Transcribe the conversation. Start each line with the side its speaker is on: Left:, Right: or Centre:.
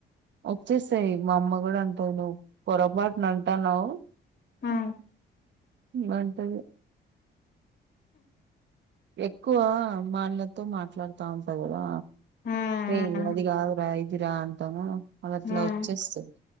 Right: వచ్చేసాయి మా అమ్మ కూడా అంతేనవ్, పొరపాటునా అంటాన్నావ్.
Left: ఆ.
Right: మంటలు. ఎక్కువ మా అన్నతో, మాట్లాడుతా ఉంటా కదా.
Left: ఉమ్
Right: రేయ్ అదిగదురా, ఇద్. కిరా అంటానా. అదట్లా
Left: ఉమ్
Right: ఓచ్చేస్తుంద్.